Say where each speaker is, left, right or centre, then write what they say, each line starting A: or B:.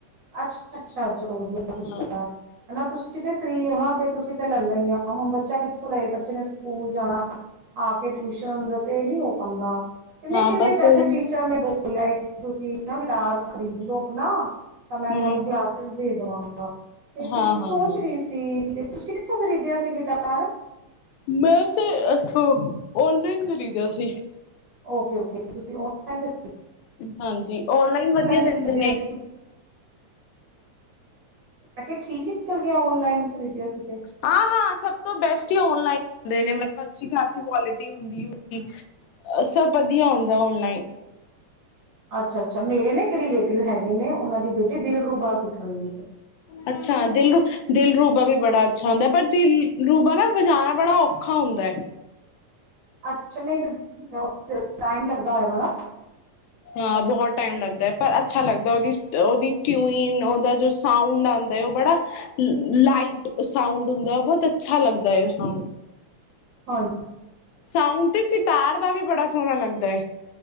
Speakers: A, on the right; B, on the left.
A: ਅੱਛ ਅੱਛਾ ਚਲੋ ਵਧੀਆ ਕੀਤਾ
B: ਹਾਂ
A: ਹਨਾ ਤੁਸੀਂ ਤੇ ਫਰੀ ਹੋ ਨਾ ਤੇ ਤੁਸੀਂ, <unintelligible> ਤੇ ਲੈ ਲਈ ਆ ਹੁਣ ਬੱਚਾ ਕਿੱਥੋਂ ਲਏ ਬੱਚੇ ਨੇ ਸਕੂਲ ਜਾਣਾ, ਆ ਕੇ ਟਿਊਸ਼ਨ ਤੇਲ ਨੀ ਹੋ ਪਾਉਂਦਾ, ਨਹੀਂ
B: ਹਾਂ
A: ਇਹਦੇ
B: ਬਸ
A: ਪੈਸੇ
B: ਉਹੀ
A: ਟੀਚਰ ਨੇੈਂ ਬੁਕ ਲੲੇ ਤੁਸੀਂ, ਜਾ ਗਿਟਾਰ ਖਰੀਦ ਲੋ ਆਪਣਾ, ਤਾਂ ਮੈਂ
B: ਹਮ
A: ਤੁਹਾਨੂੰ ਕਲਾਸਿਸ ਦੇ, ਹ <unintelligible> <unintelligible> ਤੇ ਫਿਰ
B: ਹਾਂ ਹਾਂ
A: ਸੋਚ
B: ਹਾਂ
A: ਰਹੀ ਸੀ, ਫਿਰ ਤੁਸੀਂ ਕਿੱਥੋਂ ਖਰੀਦਿਆ ਸੀ ਗਿਟਾਰ,
B: ਮੈਂ ਤੇ ਇੱਥੋਂ ਓਨਲਾਈਨ ਖਰੀਦਿਆ ਸੀ।
A: ਓਕੇ ਓਕੇ ਤੁਸੀਂ ਆਨਲਾੲੀਨ,
B: ਹਾਂਜੀ ਆਨਲਾਈਨ ਵਧੀਆ
A: ਖਰੀਦਿਆ
B: ਰਹਿੰਦੇ ਨੇ,
A: ਸੀ ਮੈ ਕਿਹਾ ਠੀਕ ਨਿਕਲ ਗਿਆ ਆਨਲਾਈਨ ਖਰੀਦਿਆ ਸੀ। ਤੇ
B: ਹਾਂ-ਹਾਂ ਸਭ ਤੋਂ ਬੈਸਟ ਹੀ ਆਨਲਾਈਨ, ਹੁੰਦੇ ਨੇ ਮਤਲਬ ਅੱਛੀ ਖਾਸੀ ਕੁਆਲਿਟੀ ਹੁੰਦੀ ਉਹਦੀ ਸਭ ਵਧੀਆ ਹੁੰਦਾ ਆਨਲਾਈਨ।
A: ਅੱਛਾ-ਅੱਛਾ ਮੇਰੇ ਨੇ, ਰਿਲੇਟਿਵ ਹੈਗੇ ਨੇ ਉਹਨਾਂ ਦੀ, ਬੇਟੀੇ ਦਿਲ ਰੂਬਾ ਸਿੱਖ ਰਹੀ ਹੈ।
B: ਅੱਛਾ ਦਿਲ ਰੂ ਦਿਲ ਰੂਬਾ ਵੀ ਬੜਾ ਅੱਛਾ ਹੁੰਦਾ ਪਰ ਦਿਲ ਰੂਬਾ ਨਾ ਵਜਾਉਣਾ ਬੜਾ ਔਖਾ ਹੁੰਦਾ ਹੈ।
A: ਅੱਛਾ ਨਹੀਂ <unintelligible> ਟਾਈਮ ਲੱਗਦਾ ਹੈਗਾ।
B: ਹਾਂ ਬਹੁਤ ਟਾਈਮ ਲੱਗਦਾ। ਪਰ ਅੱਛਾ ਲੱਗਦਾ ਉਹਦੀ ਉਹਦੀ ਟਿਊਨ ਉਹਦਾ ਜੋ ਸਾਊਂਡ ਆਉਂਦਾ ਉਹ ਬੜਾ ਲਾਈਟ ਸਾਊਂਡ-ਤ ਹੁੰਦਾ ਬਹੁਤ ਅੱਛਾ ਲੱਗਦਾ ਹੈ ਉਹ ਸਾਊਂਡ,
A: ਹਾਂ
B: ਸਾਊਂ ਤੇ ਸਿਤਾਰ, ਦਾ ਵੀ ਬੜਾ ਸੋਹਣਾ ਲੱਗਦਾ ਹੈ।